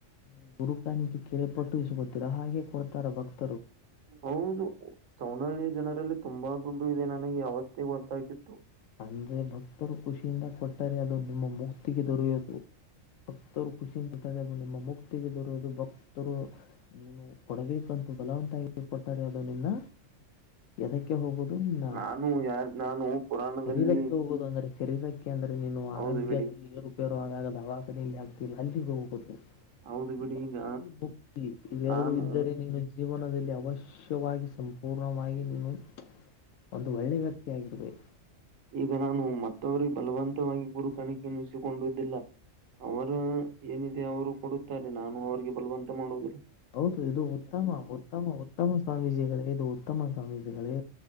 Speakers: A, on the left; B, on the right.
A: ನೀವು ಗುರುಕಾಣಿಕ ಕೆರೆ ಪಟ್ಟುಯಿಸಿ ಗೊತ್ತೀರಾ ಹಾಗೆ ಕೊಡ್ತಾರ ಭಕ್ತ
B: ಹೌದು ಸೌನಹಳ್ಳಿಯ ಜನರಲ್ಲಿ ತುಂಬಾ ದುಂಡು ಇದೆ ನನಗೆ ಅವಸ್ ಒದ್ದಾಗಿತ್ತು
A: ಅಂದ್ರೆ ಭಕ್ತರು ಖುಷಿಯಿಂದ ಕೊಟ್ಟರೆ ಅದು ನಿಮ್ಮ ಮುಕ್ತಿಗೆ ದೊರೆಯಿತು ಭಕ್ತರು ಖುಷಿನ್ ಕೊಟ್ಟಾರೆ ಅ ನಿಮ್ಮ ಮುಕ್ತಿಗೆದರುದು ಭಕ್ತರು ನೀನು ಕೊಡಬೇಕಂತ ಬಲವಂತಾಗಿ ಕೊಟ್ಟರೆ ಅದು ನಿನ್ನ ಎದಕ್ಕೆ ಹೋಗೋುದು ನಿನ್ನ
B: ನಾನು ಯಾರ್ ನಾನು ಪುರಾಣದಲ್ಲಿ
A: ಶರೀರಕ್ಕೆ ಹೋಗೋುದು ಅಂದ್ರೆ ಶರೀರಕ್ಕೆ ಯಾಕೆಂದ್ರೆ ನೀನು
B: ಹೌದು
A: ಆರೋಗ್ಯದಲ್ಲಿ
B: ಬಿಡಿ
A: ಏರುಪೇರು ಆದಾಗ ದವಾಖಾನಲ್ಲಿ ಆಗ್ತಿಲ್ಲ ಅಲ್ಲಿಗೆ ಹೋಗುದು
B: ಹೌದು ಬಿಡಿ
A: ಭಕ್ತಿ
B: ಈಗ
A: ಮುಕ್ತಿ ಇವೆರಡೂ
B: ನಾನು
A: ಇದ್ದರೆ ನೀನು ಜೀವನದಲ್ಲಿ ಅವಶ್ಯವಾಗಿ ಸಂಪೂರ್ಣ ಪೂರ್ಣವಾಗಿ ನನ್ನು ಒಂದು ಒಳ್ಳೆ ವ್ಯಕ್ತಿ ಆಗಿರ್ಬೇಕಹು
B: ಈಗ ನಾನು ಮತ್ತೊವರಿಗೆ ಬಲವಂತವಾಗಿ ಗುರು ಕಣಿಕೆನ್ನಿಸಿಕೊಂಡಿದ್ದಿಲ್ಲ ಅವರು ಏನಿದೆ ಅವರು ಕೊಡುತ್ತಾರೆ ನಾನು ಅವ್ರಿಗೆ ಬಲವಂತ ಮಾಡುದಿಲ್ಲ
A: ಹೌದು ಇದು ಉತ್ತಮ ಉತ್ತಮ ಉತ್ತಮ ಸ್ವಾಮೀಜಿಗಳೇ ಇದು ಉತ್ತಮ ಸ್ವಾಮೀಜಿಗಳೇ